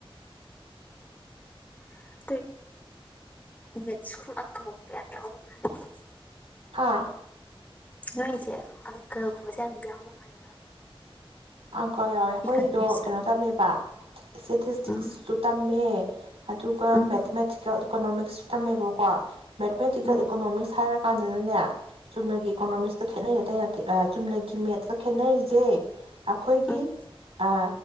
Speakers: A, on the left (about 15°); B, on the right (about 85°).
A: <unintelligible> ꯃꯦꯠꯁ ꯀꯨꯝꯕ ꯑꯪꯀ ꯍꫭꯠꯄꯥꯗ ꯌꯥꯝ ꯌꯥꯎꯕꯅꯦ
B: ꯍꯥꯥ
A: <unintelligible>
B: ꯑꯪꯀ ꯌꯥꯎꯋꯦ ꯑꯩꯈꯣꯏꯒꯤꯗꯣ
A: ꯏꯀꯥꯏꯕꯁꯦ
B: ꯀꯩꯅꯣ ꯇꯝꯃꯦꯕ ꯁꯇꯦꯇꯤꯁꯇꯤꯛꯁꯁꯨꯨ
A: ꯎꯝ
B: ꯇꯝꯃꯦ ꯑꯗꯨꯒ
A: ꯎꯝ
B: ꯃꯦꯊꯃꯦꯇꯤꯀꯦꯜ ꯏꯀꯣꯅꯣꯃꯤꯛꯁꯨ ꯇꯝꯃꯦꯕꯀꯣ ꯃꯦꯠꯃꯦꯇꯤꯀꯦꯜ
A: ꯎꯝ
B: ꯏꯀꯣꯅꯣꯃꯤꯛꯁ ꯍꯥꯏꯔꯒ ꯀꯥꯟꯗꯅꯦ ꯆꯨꯝꯅꯒꯤ ꯏꯀꯣꯅꯣꯃꯤꯛꯁꯀ ꯈꯦꯠꯅꯩ ꯑꯇꯩ ꯅꯠꯇꯦ ꯆꯨꯝꯅꯒꯤ ꯃꯦꯠꯀ ꯈꯦꯠꯅꯔꯤꯁꯦ ꯑꯈꯣꯏꯒꯤ
A: ꯎꯝ
B: ꯑ